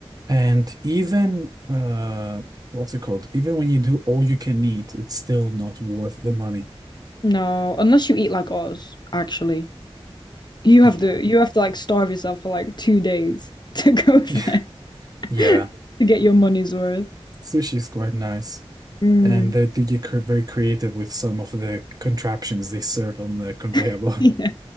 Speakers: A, on the right; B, on the left.
A: And even uh, what's it called? Even when you do all you can eat, it's still not worth the money.
B: No, unless you eat like us, actually. You
A: Yeah,
B: have to you have to like starve yourself for like two days <laughs> to go there
A: <laughs> yeah.
B: <laughs> to get your money's worth.
A: Sushi is quite nice.
B: Mm.
A: And they do get cre- very creative with some of the contraptions they serve on the conveyor
B: <laughs>
A: belt.
B: Yeah.
A: <laughs>